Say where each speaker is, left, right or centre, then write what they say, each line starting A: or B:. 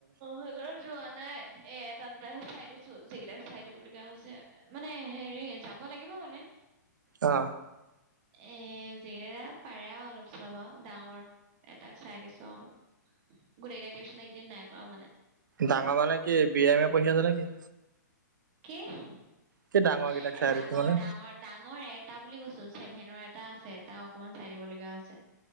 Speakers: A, on the right (about 25°); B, on the right (about 80°).
A: সেইঘৰত যোৱা নাই এ এটা দুটাহে চাই দিছো যিকেইটা চাই দিব লগগীয়া হৈছে মানে হেৰি যাব লাগিব মানে
B: অ
A: এ যি পাৰে আৰু অলপ চলপ আৰু ডাঙৰ এটাক চাই দিছো অলপ গোটেইটা টিউশ্যচন কেইদিন নাই কৰা মানে
B: ডাঙৰ মানে কি বি এম এ পঢ়ি আছে নেকি
A: কি এ
B: কি ডাঙৰ কেইটাক চাই
A: ডাঙৰ
B: দিছো মানে
A: ডাঙৰ ডাঙৰ এ এটা বুলি কৈছো চছেভেনৰ এটা আছে তটা অকমান চাই দিবলগা হৈছে